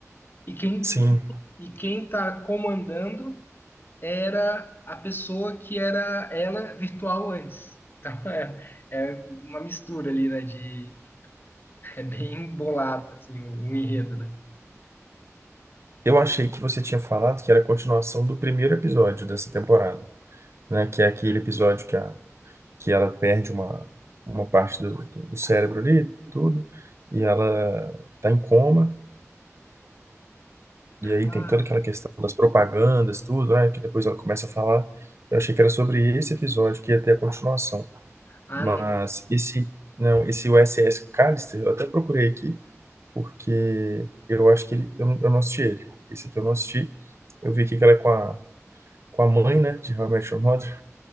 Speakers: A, on the left (about 40°); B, on the right (about 55°).
A: e quem
B: Sim.
A: e quem está comandando era a pessoa que era ela virtual antes. Então <laughs> é, é uma mistura ali, né? De, é bem bolado assim, o, o enredo, né?
B: Eu achei que você tinha falado que era a continuação do primeiro episódio dessa temporada, né? Que é aquele episódio que, a, que ela perde uma, uma parte do, do, do cérebro ali, tudo, e ela tá em coma, e aí
A: Ah,
B: tem toda aquela questão das propagandas, tudo, né? Que depois ela começa a falar. Eu achei que era sobre esse episódio que ia ter a continuação,
A: ah,
B: mas
A: não.
B: esse, não, esse USS Callister, eu até procurei aqui, porque eu acho que ele, eu, não- eu não assisti ele. Esse aqui eu não assisti. Eu vi aqui que ela é com a com a mãe, né, de How I Met Your Mother.